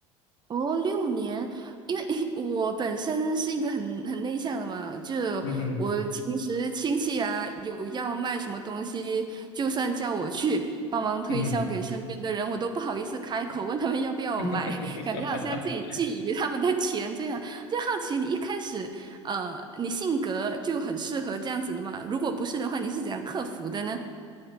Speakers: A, on the right (about 30°); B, on the left (about 60°).
A: 哦，六年，因为 <laughs> 我本身是一个很很内向的嘛，就
B: 嗯哼，
A: 我平时亲戚啊有要卖什么东西，就算叫我去帮忙推销给身边的人，
B: 嗯哼，
A: 我都不好意思开口问他们要不要买，
B: <laughs>
A: 感觉好像自己觊觎他们的钱这样。就好奇你一开始，呃，你性格就很适合这样子的嘛？如果不是的话，你是怎样克服的呢？